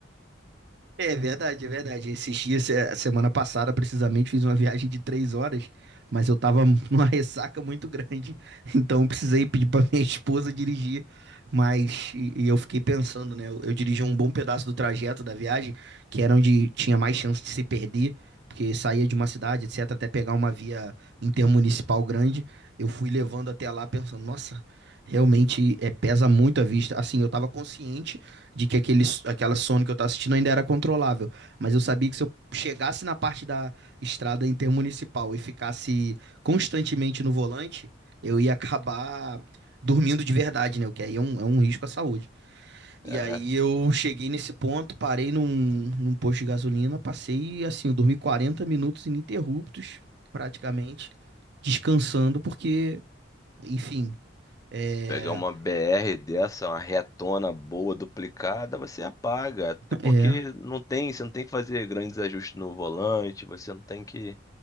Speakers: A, on the right; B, on the left.
A: É verdade, é verdade. Esses dias, é, semana passada, precisamente, fiz uma viagem de três horas, mas eu tava numa <laughs> ressaca muito grande, então eu precisei pedir pra minha esposa dirigir. Mas e, e eu fiquei pensando, né? Eu, eu dirigi um bom pedaço do trajeto da viagem, que era onde tinha mais chance de se perder, porque saía de uma cidade, etc., até pegar uma via intermunicipal grande. Eu fui levando até lá pensando, nossa, realmente é, pesa muito a vista. Assim, eu tava consciente de que aquele, aquela Sony que eu tava assistindo ainda era controlável. Mas eu sabia que se eu chegasse na parte da estrada intermunicipal e ficasse constantemente no volante, eu ia acabar dormindo de verdade, né? O que aí é um, é um risco à saúde. E
B: É.
A: aí eu cheguei nesse ponto, parei num, num posto de gasolina, passei assim, eu dormi 40 minutos ininterruptos, praticamente, descansando, porque, enfim. É,
B: Pegar uma BR dessa, uma retona boa, duplicada, você apaga. Até Porque
A: é,
B: não tem, você não tem que fazer grandes ajustes no volante, você não tem que,